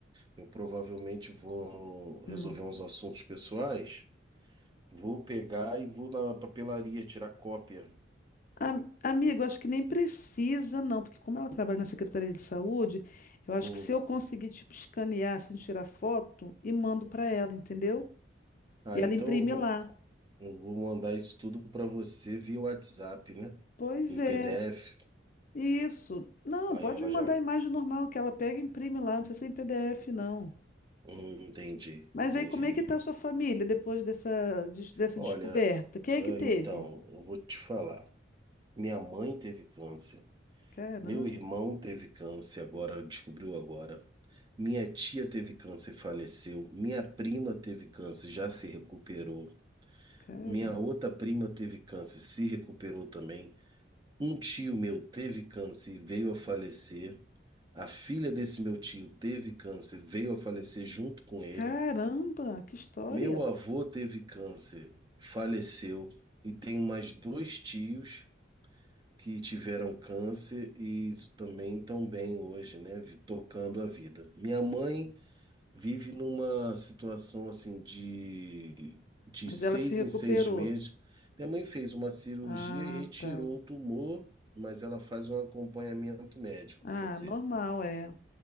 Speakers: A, on the right; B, on the left.
A: eu provavelmente vou resolver
B: Hum.
A: uns assuntos pessoais. Vou pegar e vou na papelaria tirar cópia.
B: Am- amigo, acho que nem precisa, não, porque como ela trabalha na Secretaria de Saúde, eu
A: Hum.
B: acho que se eu conseguir, tipo, escanear, assim, tirar foto e mando para ela, entendeu?
A: Ah,
B: E ela
A: então
B: imprime
A: eu vou,
B: lá.
A: eu vou mandar isso tudo para você via WhatsApp, né?
B: Pois
A: Em
B: é.
A: PDF.
B: Isso. Não,
A: Aí
B: pode
A: ela
B: me
A: já.
B: mandar a imagem normal que ela pega e imprime lá, não precisa ser em PDF, não.
A: Hum, entendi,
B: Mas
A: entendi.
B: aí, como é que tá a sua família depois dessa, des- dessa
A: Olha,
B: descoberta? Quem
A: é,
B: é que teve?
A: então, eu vou te falar. Minha mãe teve câncer.
B: Caramba,
A: Meu irmão teve câncer agora, descobriu agora. Minha tia teve câncer e faleceu. Minha prima teve câncer, já se recuperou.
B: caramba,
A: Minha outra prima teve câncer, se recuperou também. Um tio meu teve câncer e veio a falecer. A filha desse meu tio teve câncer, veio a falecer junto com ele.
B: caramba, que história!
A: Meu avô teve câncer, faleceu. E tenho mais dois tios que tiveram câncer e também estão bem hoje, né? vi- Tocando a vida. Minha mãe vive numa situação assim de, de
B: Mas
A: seis
B: ela se recuperou.
A: em seis meses. Minha mãe fez uma cirurgia
B: Ah,
A: e retirou
B: tá.
A: o tumor, mas ela faz um acompanhamento médico,
B: Ah,
A: quer dizer,
B: normal, é.